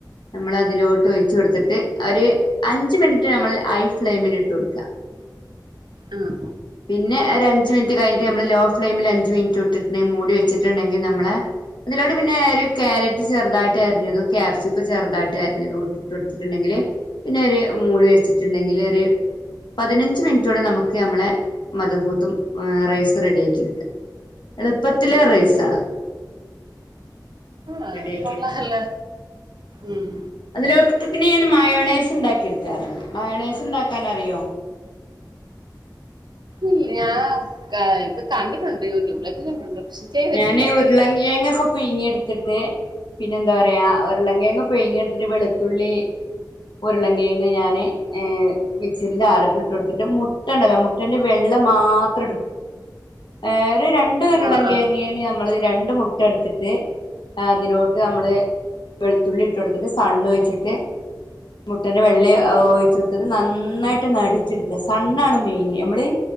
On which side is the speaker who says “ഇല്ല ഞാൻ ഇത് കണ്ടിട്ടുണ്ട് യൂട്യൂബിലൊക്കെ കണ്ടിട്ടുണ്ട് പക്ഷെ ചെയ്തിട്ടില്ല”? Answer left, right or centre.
Right